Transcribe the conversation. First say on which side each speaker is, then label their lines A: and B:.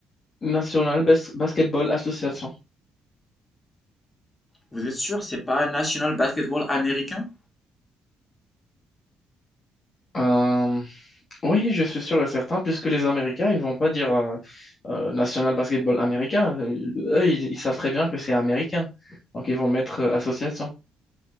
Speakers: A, on the left; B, on the left.
A: National Bas- Basketball Association.
B: Vous êtes sûr, c'est pas National Basketball Américain?
A: Euh, Oui, je suis sûr et certain, puisque les Américains, ils vont pas dire euh, euh, National Basketball Américain. Euh, Eux, ils, ils savent très bien que c'est américain. Donc, ils vont mettre euh, association.